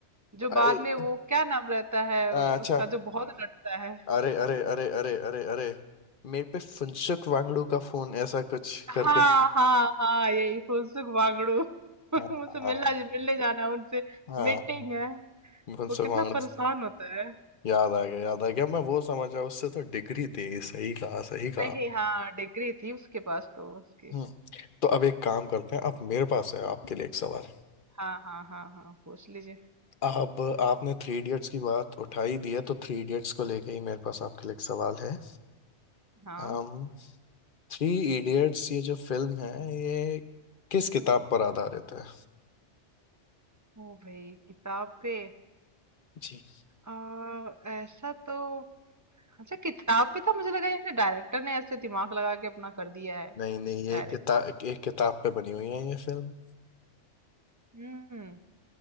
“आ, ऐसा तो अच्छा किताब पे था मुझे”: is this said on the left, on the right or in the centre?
Right